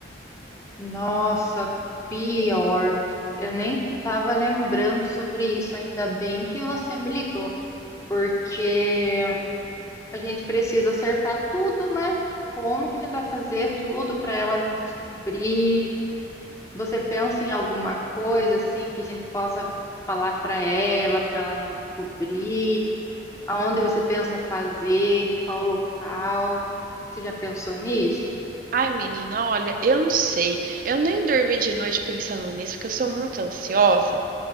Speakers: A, on the left; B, on the right.
A: Nossa, pior. Eu nem estava lembrando sobre isso. Ainda bem que você me ligou, porque a gente precisa acertar tudo, né? Como que a gente vai fazer tudo para ela não descobrir? Você pensa em alguma coisa assim que a gente possa falar para ela, para ela não descobrir? Aonde você pensa fazer? Qual local? Você já pensou nisso?
B: Ai, menina, olha, eu não sei. Eu nem dormi de noite pensando nisso, porque eu sou muito ansiosa.